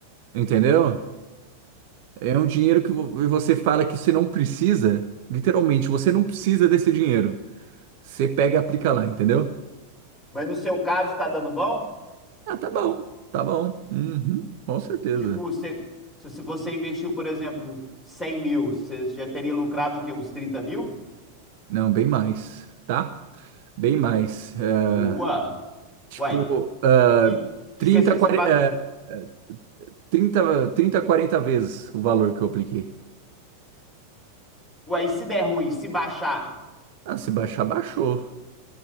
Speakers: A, on the right; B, on the left.
A: entendeu? É um dinheiro que vo- você fala que você não precisa, literalmente, você não precisa desse dinheiro. Você pega e aplica lá, entendeu?
B: Mas no seu caso tá dando bom?
A: Ah, tá bom, tá bom. Uhum, com certeza.
B: Tipo, você- se, se você investiu, por exemplo, 100 mil, você já teria lucrado o quê? Uns 30 mil?
A: Não, bem mais, tá? Bem mais. eh,
B: Ua!
A: Tipo,
B: Uai,
A: ah,
B: e,
A: 30
B: e se, se,
A: 40,
B: se, pa-
A: ah, 30, 30, 40 vezes o valor que eu apliquei.
B: uai, e se der ruim, se baixar,
A: Ah, se baixar, baixou.